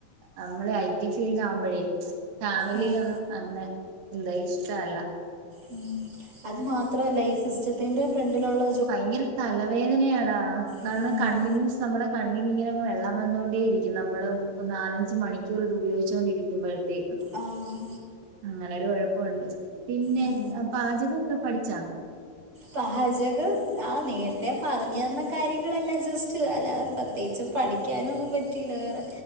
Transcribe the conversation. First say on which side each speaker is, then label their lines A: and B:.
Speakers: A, on the right; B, on the right.
A: നമ്മള് ഐടി ഫീൽഡ് ആവുമ്പോഴേ ഫാമിലിലൊന്നും
B: ആഹ്
A: അങ്ങനെ- എന്താ ഇഷ്ട്ടവല്ല
B: ഉം അത് മാത്രല്ല ഈ സിസ്റ്റത്തിന്റെ ഫ്രണ്ടിലൊള്ള
A: ഭയങ്കര തലവേദനേയാടാ കാരണം
B: ഉം
A: കൺടിൻന്യൂസ് നമ്മുടെ- കണ്ണിനിങ്ങനെങ്ങ് വെള്ളം വന്നോണ്ടേയിരിക്കും നമ്മള് നാലഞ്ച് മണിക്കൂർ ഇതു ഉപയോഗിച്ചോണ്ടിരിക്കുമ്പോഴത്തേക്കും.
B: ആഹ്
A: അങ്ങനൊരു കൊഴപ്പൊണ്ട് പിന്നെ
B: ഉം
A: പാചകവൊക്കെ പഠിച്ചാ
B: പാചകം ആ നേരത്തെ പറഞ്ഞു തന്ന കാര്യങ്ങളല്ലാം ജസ് ടിച്ച് അല്ലാതെ പ്രത്യേകിച്ച് പഠിക്കാനൊന്നും പറ്റീല വേറെ